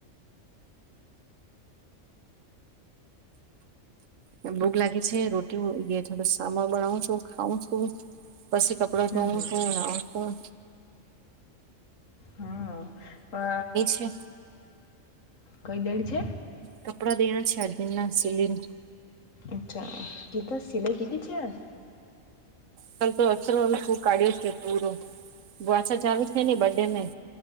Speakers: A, on the right; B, on the left.
A: ને ભૂખ લાગે છે, રોટી હો <unintelligible> થોડુ સામા બનાવુ છું, ખાઉ છું. પછી કપડા
B: હમ
A: ધોવું શું, નાઉં શું.
B: હમ, હઅ
A: છે
B: કઈ દડી છે?
A: કપડા દેના છે, આજ ના સીલીન
B: અચ્છા, કીધા સિલાઈ કીધી છે આજ.
A: કલ તો અસરો શૂર કાઢ્યો છે પૂરો, પાછો જાવે છે ને બડે મેં.